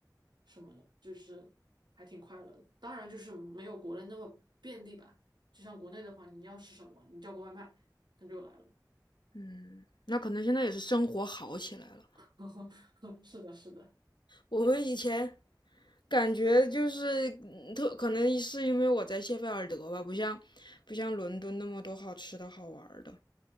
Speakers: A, on the right; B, on the left.
A: 什么的，就是还挺快乐的。当然就是没有国内那么便利吧，就像国内的话，你要吃什么，你叫个外卖，它就来了。
B: 嗯，那可能现在也是生活好起来了。
A: <laughs> 是的，是的。
B: 我们以前感觉就是嗯特，可能是因为我在谢菲尔德吧，不像不像伦敦那么多好吃的好玩儿的。